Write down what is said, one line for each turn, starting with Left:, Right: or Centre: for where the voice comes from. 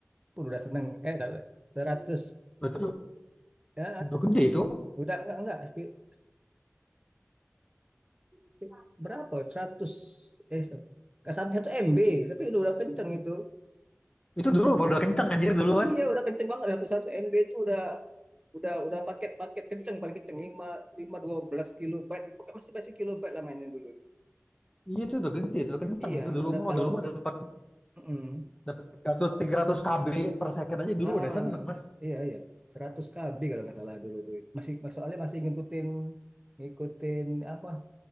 Right: Pun udah seneng. Eh, tapi 100.
Left: Lah,
Right: Ya,
Left: udah gede itu.
Right: udah enggak enggak. Spi- spi- Berapa? seratus Eh, enggak sampai 1 MB, tapi udah udah kenceng itu.
Left: Itu dulu udah kenceng anjir dulu, Mas.
Right: Iya, udah kenceng banget. 1 MB itu udah udah udah paket-paket kenceng paling kenceng 5 5 12 kilobyte. Pokoknya masih masih kilobyte lah mainnya dulu itu.
Left: Iya itu udah gede, itu udah kenceng
Right: Iya,
Left: itu dulu
Right: udah
Left: mau
Right: kalau
Left: dulu mah dapat
Right: mm
Left: dapat 300 KB per second aja dulu
Right: Ah,
Left: udah seneng, Mas.
Right: iya iya. 100 KB kalau nggak salah dulu tuh. Masih soalnya masih ngikutin ngikutin apa